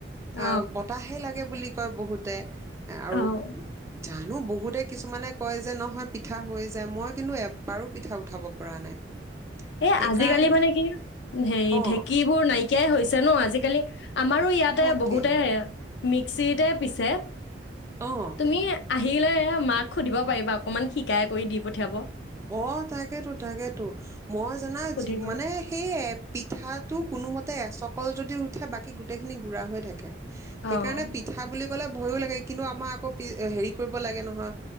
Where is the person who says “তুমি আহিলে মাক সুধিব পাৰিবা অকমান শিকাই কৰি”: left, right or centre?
Left